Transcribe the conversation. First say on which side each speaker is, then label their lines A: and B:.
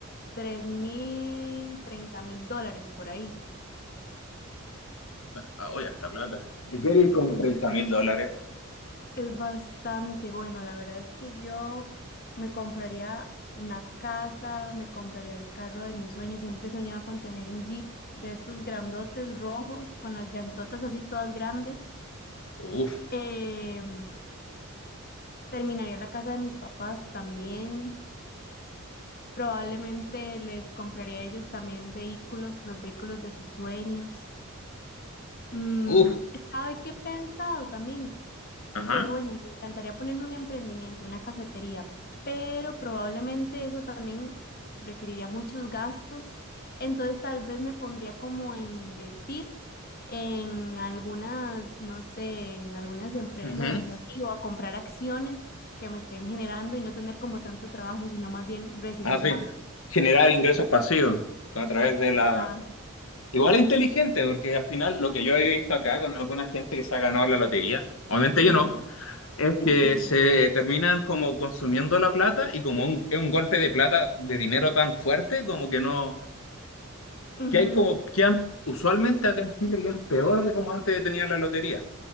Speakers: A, on the left; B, on the left.
A: tres mil, treinta mil dólares por ahí.
B: Ah, oye, harta plata. ¿Y qué haría con
A: Es
B: treinta mil dólares?
A: Es bastante bueno, la verdad es que yo me compraría una casa, me compraría el carro de mis sueños, siempre soñaba con tener un Jeep de estos grandotes rojos, con las llantotas así todas grandes.
B: Uf,
A: Eh, terminaría la casa de mis papás también, probablemente les compraría a ellos también vehículos, los vehículos de sus sueños. Mm,
B: uf.
A: ¿sabe qué he pensado también?
B: Ajá.
A: que bueno, me encantaría ponerme un emprendimiento, una cafetería, pero probablemente eso también requeriría muchos gastos, entonces tal vez me pondría como a invertir en algunas, no sé, en algunas empresas
B: ujú.
A: así o a comprar acciones que me estén generando y no tener como tanto trabajo, sino más bien recibir
B: Ah, sí.
A: más.
B: Generar ingresos pasivos a través
A: Exacto.
B: de la... Igual es inteligente, porque al final lo que yo he visto acá con alguna gente que se ha ganado la lotería, obviamente
A: Ajá.
B: yo no, Es
A: <laughs>
B: que se terminan como consumiendo la plata y como un- es un golpe de plata, de dinero tan fuerte, como que no,
A: Ujú,
B: que hay como, que han- usualmente acá en Chile ya es peor de como antes tenía la lotería.